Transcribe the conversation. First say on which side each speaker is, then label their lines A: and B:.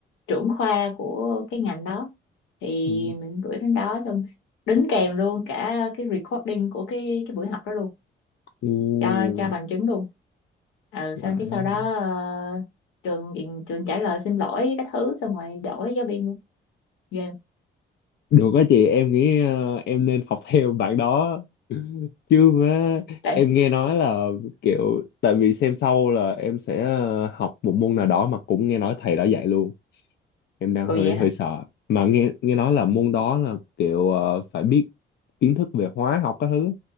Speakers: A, on the left; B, on the left.
A: trưởng khoa của cái ngành đó thì
B: ừ
A: mình gửi đến đó xong đính kèm luôn cả cái recording của cái cái buổi học đó luôn
B: ồ
A: cho cho bằng chứng luôn ừ
B: wow
A: xong cái sau đó ờ, trường viện- trường trả lời xin lỗi các thứ xong rồi đổi giáo viên luôn ghê không?
B: Được á chị, em nghĩ ờ, em nên học <laughs> theo bạn đó. Chứ mà
A: đấy
B: em nghe nói là kiểu tại vì xem sau là em sẽ ờ, học một môn nào đó mà cũng nghe nói thầy đã dạy luôn. Em đang
A: ồ
B: hơi
A: vậy hả
B: hơi sợ. Mà nghe nghe nói là môn đó là kiểu ờ, phải biết kiến thức về hóa học các thứ.